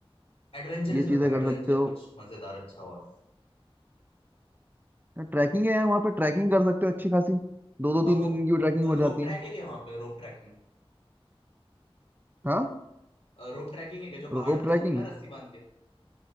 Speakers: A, on the left; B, on the right.
A: एडवेंचरस
B: ये
A: बताओ
B: चीजें कर
A: एडवेंचर
B: सकते हो
A: कुछ मजेदार अच्छा और
B: ट्रैकिंग है वहाँ पे ट्रैकिंग कर सकते हो अच्छी खासी दो दो तीन
A: अब
B: दिन
A: वो
B: की भी ट्रैकिंग हो
A: रोप
B: जाती
A: ट्रैक
B: है
A: है क्या वहां पे Rope trekking
B: हाँ
A: रोप ट्रैकिंग है क्या जो पहाड़
B: रोप
A: पे
B: ट्रैकिंग
A: चलते हैं ना रस्सी बांध के